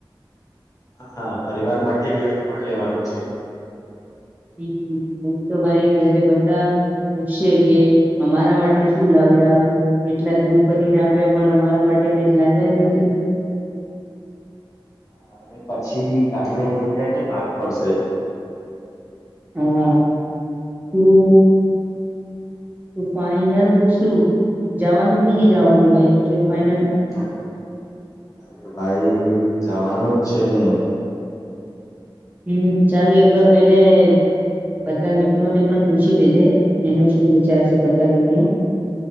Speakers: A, on the left; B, on the right.
A: હા હા પરિવાર માટે ગિફ્ટ પણ લેવાનું છે
B: હમ હું તો ભાઈ ઘરે બધા પૂછશે કે અમારા માટે શું લાવ્યા કેટલા દૂર ફરીને આવ્યા પણ અમારા માટે કઈ લાવ્યા નથી.
A: હ અને પછી કાઈ નહી થઈ જાય તો દાટ પડશે.
B: હા તું તું ફાઈનલ શું જવાનું કે ન. જાવા દુ ભાઈ ફઇનલ.
A: હા, અરે ભાઈ જવાનું જ છે ને.
B: હમ ચાલુ એક વાર પહેલે બધા મિત્રોને પણ પૂછી લીધે એનો શું વિચાર છે બધા લોકોનો.